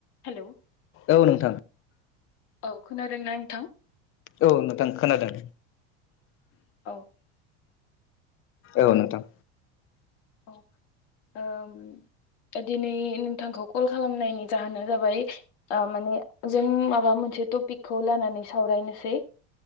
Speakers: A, on the left (about 65°); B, on the left (about 40°).
A: Hello
B: <inaudible> औ नोंथां
A: औ खोनादों ना नोंथां?
B: औ नोंथां खोनादों
A: औ
B: औ नोंथां
A: औ ओ दिनै नोंथांखौ कल खालामनायनि जाहोना जाबाय ओ माने जों माबा मोनसे टपिकखौ लानानै सावरायनोसै।